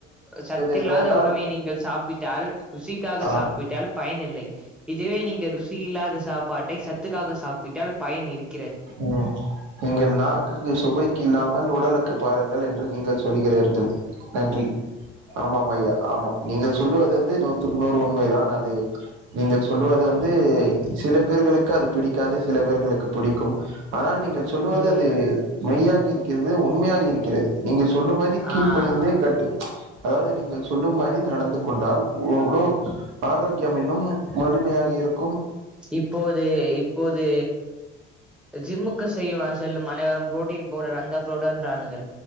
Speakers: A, in the centre; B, on the right.
A: சத்து
B: என்றால்
A: இல்லாத உணவை நீங்கள் சாப்பிட்டால் ருசிக்காக
B: ஆ
A: சாப்பிட்டால் பயன் பயன் இல்லை இதுவே நீங்க ருசி இல்லாத சாப்பாட்டை சத்துக்காக சாப்பிட்டால் பயன் இருக்
B: ம் நீங்கள் நாக்குக்கு சுபைக்கு இல்லா மல் உடலுக்கு பாருங்கள் என்று நீங்கள் சொல்லுகிறீர்கள் நன்றி ஆமாம் ஐயா ஆமாம் நீங்கள் சொல்லுவது வந்து நூத்துக்கு நூறு உண்மைதான் அது நீங்கள் சொல்லுவது வந்து சில பேர்களுக்கு அது பிடிக்காது சில பேர்களுக்கு பிடிக்கும் ஆனால் நீங்கள் சொல்வது
A: ம்
B: அது மெய்யாகி இருக் க்கிறது உண்மையாக இருக்கிறது நீங்கள் சொல்லும் மாரி கீழ்படிந்து
A: ஆ
B: கட்டு அதாவது நீங்கள் சொல்லும் மாரி நடந்து கொண்டால் உடல் ஆரோக்கியம் இன்னும் வழு மையாக இருக்
A: இப்போது இப்போது ஜிம்மு க்கு செய்யும் செல்லும் அனைவரும் புரோட்டீன் பவ்டர் அந்த பவ்டர்ன்ரான்கள்